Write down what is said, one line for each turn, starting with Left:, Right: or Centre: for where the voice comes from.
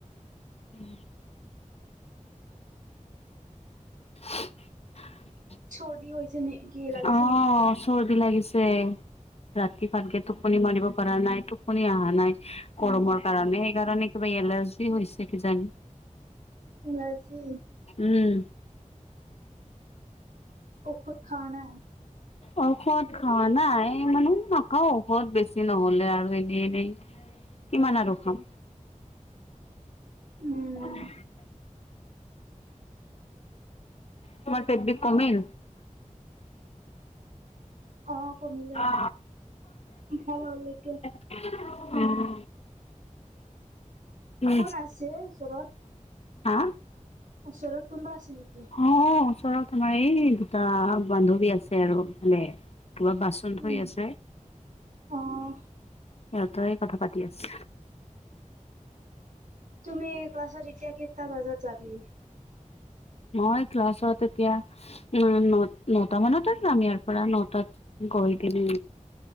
Left: উম। <inaudible>
Right: চৰ্দি। নেকি লাগিছে
Left: অহ
Right: নেকি?
Left: চৰ্দি লাগিছে। ৰাতি ভালকে টোপনি মাৰিব পৰা নাই টোপনি অহা নাই গৰমৰ কাৰণে সেইকাৰণে। সবে এলাৰ্জি হৈছে কিজানি,
Right: এলাৰ্জি
Left: উম।
Right: ঔষধ খোৱা নাই?
Left: অ'। ঔষধ খোৱা নাই মানে নাখাওঁ ঔষধ বেছি নহ'লে আৰু এনেই এনেই। কিমান আৰু খাম।
Right: উম,
Left: হয়। <unintelligible> তোমাৰ পেট বিষ কমিল।
Right: অ' কমিলে।
Left: অ
Right: ভাল হ'ল এতিয়া।
Left: <unintelligible> উম। উম
Right: কোন আছে ওচৰত?
Left: হা।
Right: ওচৰত কোনোবা আছে নেকি।
Left: অ ওচৰত আমাৰ এই দুটা বান্ধৱী আছে আমাৰফালে। কিবা বাচন ধুই
Right: উম,
Left: আছে।
Right: অ'
Left: এটাই কথা পাতি আছে।
Right: তুমি ক্লাছত এতিয়া কেইটা বজাত যাবি?
Left: মই ক্লাছত এতিয়া, উ, ন নটা মানত যাম। ইয়াৰ পৰা নটাত। গৈ কনে।